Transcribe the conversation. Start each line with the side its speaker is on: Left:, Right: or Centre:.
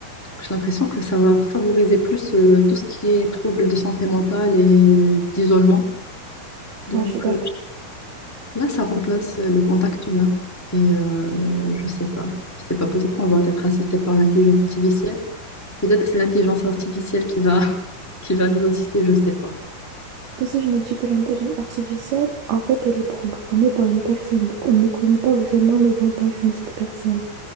Centre: J'ai l'impression que ça va favoriser plus euh, tout ce qui est troubles de santé mentale et d'isolement. Donc
Right: Ouais, je suis d'accord.
Centre: euh, là, ça remplace euh, le contact humain. Et euh, je sais pas, je sais pas. Peut-être on va être assisté par l'intelligence artificielle. Peut-être que c'est l'intelligence artificielle qui va <laughs> qui va nous assister. Je sais pas.
Right: Aussi, je me dis que l'intelligence artificielle, en fait, elle est programmée par une personne. Donc, on ne connaît pas vraiment les intentions de cette personne.